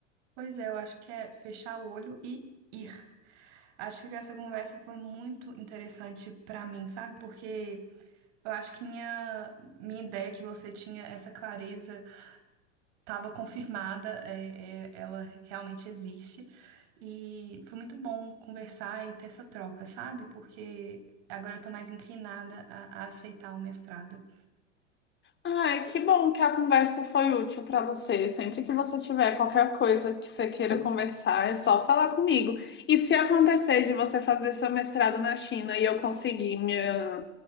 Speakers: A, on the right; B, on the left.
A: Pois é, eu acho que é fechar o olho e ir. Acho que essa conversa foi muito interessante pra mim, sabe? Porque eu acho que minha, minha ideia que você tinha, essa clareza, estava confirmada, é, é- ela realmente existe. E foi muito bom conversar e ter essa troca, sabe? Porque agora eu tô mais inclinada a, a aceitar o mestrado.
B: Ai, que bom que a conversa foi útil para você. Sempre que você tiver qualquer coisa que você queira conversar, é só falar comigo. E se acontecer de você fazer seu mestrado na China e eu conseguir minha,